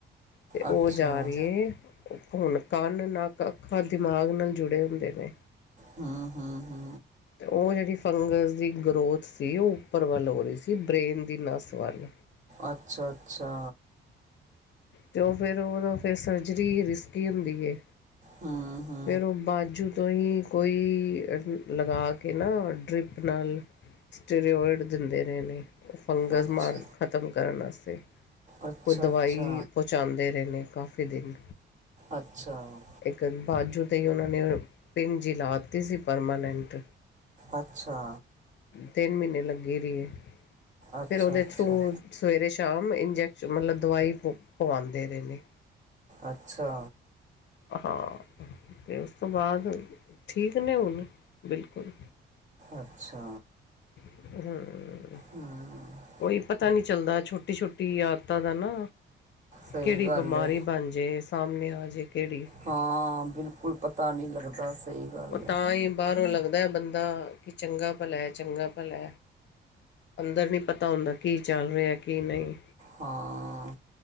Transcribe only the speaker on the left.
ਤੇ ਉਹ
ਜਾ ਰੀ ਐ। ਹੁਣ ਕੰਨ ਨੱਕ ਅੱਖਾਂ ਦਿਮਾਗ ਨਾਲ ਜੁੜੇ ਹੁੰਦੇ ਨੇ।
ਤੇ ਉਹ ਜਿਹੜੀ ਫੰਗਸ ਦੀ ਗਰੋਥ ਸੀ ਉਹ ਉੱਪਰ ਵੱਲ ਹੋ ਰੀ ਸੀ ਬਰੇੇਨ ਦੀ ਨਸ ਵੱਲ
ਤੇ ਉਹ ਫਿਰ ਉਹਦਾ ਫਿਰ ਸਰਜਰੀ ਹੀ ਰਿਸਕੀ ਹੁੰਦੀ ਏ
ਫਿਰ ਉਹ ਬਾਜੂ ਤੋਂ ਹੀ ਕੋਈ ਲਗਾ ਕੇ ਨਾ ਡਰਿੱਪ ਨਾਲ ਸਟੀੇਰੇਓਇਡ ਦਿੰਦੇ ਰਹੇ ਨੇ ਉਹ ਫੰਗਸ
ਮਾਰਨ ਖਤਮ ਕਰਨ ਵਾਸਤੇ
ਕੋਈ ਦਵਾਈ
ਪਹੁੰਚਾਉਂਦੇ ਰਹਿੰ ਨੇ ਕਾਫੀ ਦਿਨ
ਇੱਕ ਬਾਜੂ 'ਤੇ ਹੀ ਉਹਨਾਂ ਨੇ ਪਿੰਨ ਜੀ ਲਾ ਦਿੱਤੀ ਸੀ ਪਰਮਾਨੈਂਟ
ਤਿੰਨ ਮਹੀਨੇ ਲੱਗੀ ਰਹੀਏ
ਫੇਿਰ ਉਹਦੇ
ਥਰੂ ਸਵੇਰੇ ਸ਼ਾਮ ਇੰਜੈਕਸ਼ਨ ਮਤਲਬ ਦਵਾਈ ਪ ਪਵਾਉਂਦੇ ਰਹੇਿੰ ਨੇ
ਹਾਂ ਤੇ ਉਸ ਤੋਂ ਬਾਅਦ ਹਾਂ ਠੀਕ ਨੇ ਹੁਣ ਬਿਲਕੁਲ
<unintelligible>
ਉਹੀ ਪਤਾ ਨਹੀਂੀ ਚੱਲਦਾ ਛੋਟੀ ਛੋਟੀ ਔਦਤਾਂ ਦਾ ਨਾ
ਕਿਹੜੀ
ਬਿਮਾਰੀ
ਬਣ ਜੇ ਸਾਹਮਣੇ ਆਜੇ ਕਿਹੜੀ
ਉਹ ਤਾਂ
ਹੀ ਬਾਹਰੋਂ ਲੱਗਦਾ ਬੰਦਾ ਕਿ ਚੰਗਾ ਭਲਾ ਚੰਗਾ ਭਲਾ ਅੰਦਰ ਨਹੀਂ ਪਤਾ ਹੁੰਦਾ ਕੀ ਚੱਲ ਰਿਹਾ ਕੀ ਨਹੀਂ